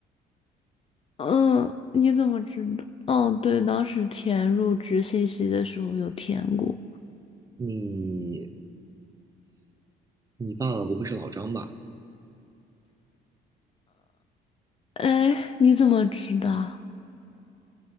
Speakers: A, on the left; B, on the right.
A: 嗯，你怎么知道？哦，对，当时填入职信息的时候有填过，
B: 你你爸爸不会是老张吧？
A: 哎，你怎么知道？